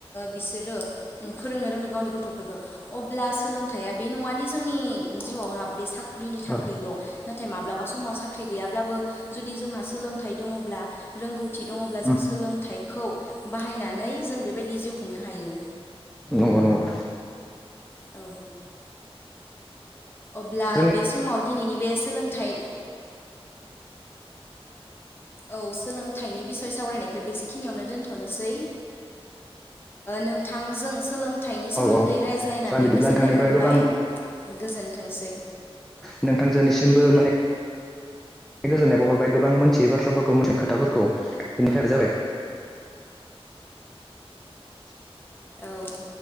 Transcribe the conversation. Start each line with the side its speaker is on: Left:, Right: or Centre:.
Left: बिसोरो फोरोंनो रोंदों गावनि गथ'फोरखो। अब्ला सोलोंथाया बे नङादि जोंनि जिउआवहा बे साख्रिनि थाखायल'।
Centre: औ
Left: नाथाय माब्लाबा समाव साख्रि गैयाब्लाबो जुदि जोंहा सोलोंथाइ दङब्ला रोंगौथि दङब्ला जों
Centre: उम
Left: लोंथाइखौ बाहायनानै जों बेबायदि जिउ खुंनो हायो।
Centre: नंगौ नंगौ।
Left: औ अब्ला
Centre: जोंनि
Left: बे समाव दिनैनि बे सोलोंथाइ औ सोलोंथाइनि बिसय सावरायनायखौ बेसे खिनियावनो दोनथ'नोसै। नोंथांजों सोलोंथाइनि सोमोन्दै
Centre: औ औ
Left: रायज्लायनानै
Centre: दे सान बिदिब्ला
Left: गोजोननाय
Centre: नोंथांनिफ्राय
Left: मोनबाय।
Centre: गोबांबो
Left: गोजोनथोंसै
Centre: नोंथांजोनिसिमबो माने गोजोननाय बाव हरबाय गोबां मोनथियिबाथ्राफोरखौ खोथाफोरखौ बिनि थाखाय जाबाय। <inaudible>
Left: औ